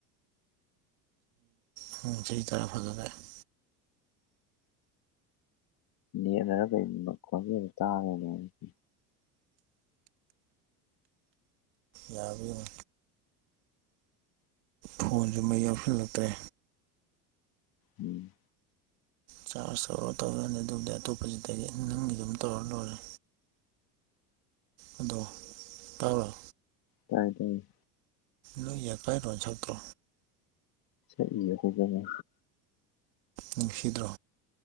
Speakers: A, on the right; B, on the left.
A: ꯇꯍꯤ ꯎꯝ ꯆꯍꯤ ꯇꯔꯥ ꯐꯖꯜꯂꯛꯑ‌ꯦ
B: ꯅꯦꯠ ꯅꯔ ꯀꯩꯅ‌ꯣꯕ ꯈꯣꯖ‌ꯦꯟꯖ‌ꯦ ꯇꯥꯕ <unintelligible>
A: ꯌꯔꯕ‌ꯣ ꯐꯣꯟꯖꯨ ꯃꯩ ꯌꯥꯎꯁꯜꯂꯛꯇ꯭ꯔꯦ
B: ꯎꯝ
A: ꯆꯥꯔꯖ ꯇꯧꯔ ꯇꯧꯔꯅꯤ ꯑꯗꯨꯕꯨꯗꯤ ꯑꯇꯣꯞꯄꯖꯤꯗꯒꯤ ꯅꯪꯒꯤ ꯑꯗꯨꯝ ꯇꯧꯔ ꯂꯣꯏꯔꯦ ꯑꯗꯣ ꯇꯕꯔꯥ
B: ꯇꯥꯏ ꯇꯥꯏ
A: ꯅꯣꯏ ꯌꯄꯥꯏꯔꯣꯟ ꯁꯛꯇ꯭ꯔꯣ
B: ꯁꯛ ꯏ ꯌꯦ ꯍꯧꯗ‌ꯣꯡꯅꯥ
A: ꯅꯨꯡꯁꯤꯗ꯭ꯔꯣ